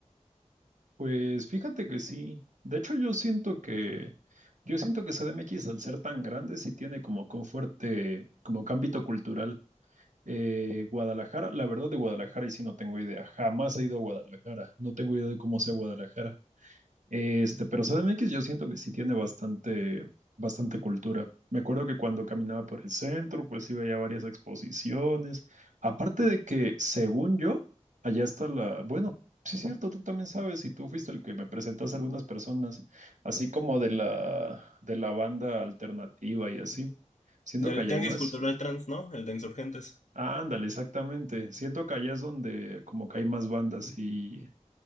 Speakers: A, on the right (about 75°); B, on the left (about 70°).
A: Pues fíjate que sí. De hecho, yo siento que, yo siento que CDMX, al ser tan grande, sí tiene como que un fuerte, como que ámbito cultural. Eh, Guadalajara, la verdad de Guadalajara, y sí no tengo idea. Jamás he ido a Guadalajara. No tengo idea de cómo sea Guadalajara. Este, pero CDMX yo siento que sí tiene bastante, bastante cultura. Me acuerdo que cuando caminaba por el centro, pues sí veía varias exposiciones. Aparte de que, según yo, allá está la, bueno, sí es cierto, tú también sabes, y tú fuiste el que me presentaste a algunas personas, así como de la, de la banda alternativa y así. Siento
B: Del
A: que allá
B: tianguis
A: hay más.
B: cultural trans, ¿no? El de Insurgentes.
A: Ah, Ándale, exactamente. Siento que allá es donde como que hay más bandas y